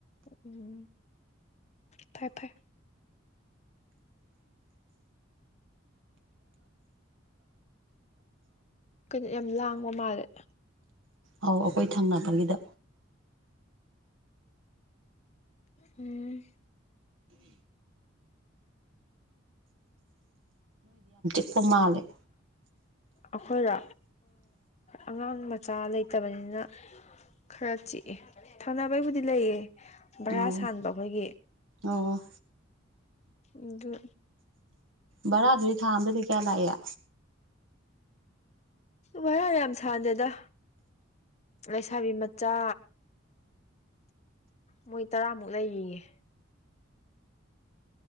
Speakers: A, on the left; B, on the right.
A: ꯎꯝ ꯐꯥꯏ ꯐꯥꯏ ꯀꯩꯅ ꯌꯥꯝ ꯂꯥꯡꯕ ꯃꯥꯜꯂꯦ
B: ꯑꯧ ꯑꯩꯈꯣꯏ ꯊꯪꯅꯕꯒꯤꯗ
A: ꯎꯝ
B: ꯁꯣꯃꯥꯂꯦ
A: ꯑꯩꯈꯣꯏꯗ ꯑꯉꯥꯡ ꯃꯆꯥ ꯂꯩꯇꯕꯅꯤꯅ ꯈꯔ ꯆꯤꯛꯑꯦ ꯊꯪꯅꯕꯩꯕꯨꯗꯤ ꯂꯩꯌꯦ ꯚꯔꯥ
B: ꯑꯧ
A: ꯁꯥꯟꯕ ꯑꯩꯈꯣꯏꯒꯤ
B: ꯑꯣ
A: ꯑꯗꯨꯗ
B: ꯕꯔꯥꯗꯨꯗꯤ ꯊꯥ ꯑꯝꯗꯗꯤ ꯀꯌꯥ ꯂꯥꯛꯑꯦ
A: ꯋꯥꯔ ꯌꯥꯝ ꯁꯥꯟꯗꯦꯗ ꯂꯩꯁꯥꯕꯤ ꯃꯆꯥ ꯃꯣꯏ ꯇꯔꯥꯃꯨꯛ ꯂꯩꯔꯤꯌꯦꯦ